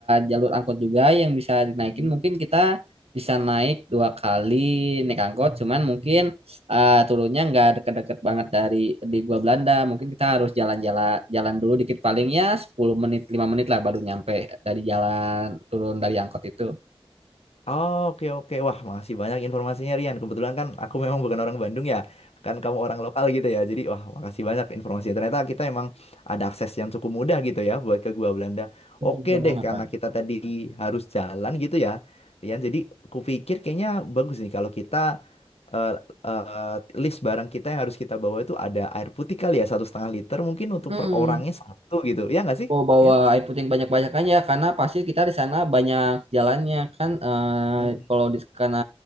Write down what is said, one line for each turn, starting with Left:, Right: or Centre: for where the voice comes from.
Right: jalur angkot juga yang bisa dinaikin.
Left: Yan?
Right: Mungkin kita bisa naik dua kali naik angkot, cuman mungkin eh, turunnya nggak deket-deket banget dari di gua Belanda. Mungkin kita harus jalan-jalan jalan dulu dikit palingnya 10 menit, 5 menit lah baru nyampe dari jalan turun dari angkot itu.
Left: Oh, Oke oke wah makasih banyak informasinya Rian. Kebetulan kan aku memang bukan orang Bandung ya, kan kamu orang lokal gitu ya. Jadi wah makasih banyak informasinya. Ternyata kita emang ada akses yang cukup mudah gitu ya buat ke Gua Belanda.
Right: Betul
Left: Oke
Right: betul
Left: deh
Right: banget,
Left: karena
Right: Pan.
Left: kita tadi harus jalan gitu ya, Rian. Jadi kupikir kayaknya bagus nih kalau kita eh, eh, list barang kita yang harus kita bawa itu ada air putih kali ya satu setengah liter mungkin untuk
Right: Hmm.
Left: per orangnya satu gitu. Ya nggak sih?
Right: Oh, bawa
Left: Rian?
Right: air putih yang banyak-banyakannya karena pasti kita di sana banyak jalannya kan eh,
Left: Hmm,
Right: kalau di karena